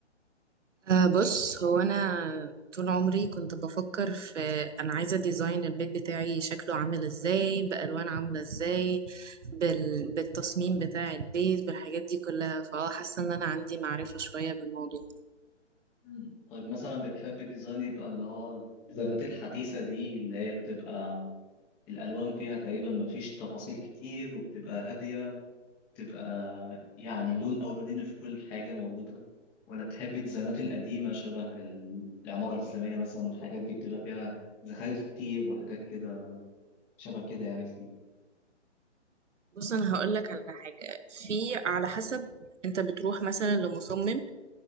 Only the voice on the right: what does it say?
أه بص هو أنا طول عمري كنت بفكر في أنا عايزة ديزاين البيت بتاعي شكله عامل إزاي بألوان عاملة إزاي بال... بالتصميم بتاع البيت بالحاجات دي كلها فأه حاسة إن أنا عندي معرفة شوية بالموضوع
بص انا هقول لك على حاجه في على حسب انت بتروح مثلا لمصمم